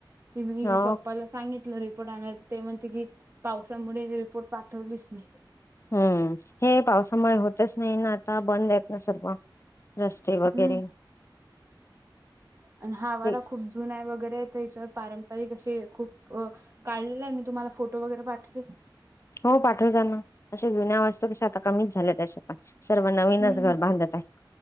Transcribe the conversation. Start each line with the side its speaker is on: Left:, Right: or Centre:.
Right: त मी
Left: हो
Right: पप्पाला सांगितलं रि रिपोर्ट आण ते म्हण ति पावसामुळे रिपोर्ट पाठवलीच नाही.
Left: हम्म हे पावसामुळे होतंच नाही ना आता बंद आहेत ना सर्व रस्ते वगैरे
Right: हम्म आणि हा वाडा
Left: ते
Right: खूप जुना आहे वगैरे आहेत त्याच्यावर पारंपरिक असे खूप काढलेलं आहे मी तुम्हाला फोटो वगैरे पाठवेल.
Left: हो पाठव जा ना, अशा जुन्या वास्तू कशा आता कमीच झाल्या तशापण. सर्व नवीनच
Right: हम्म.
Left: घर बांधत आहे,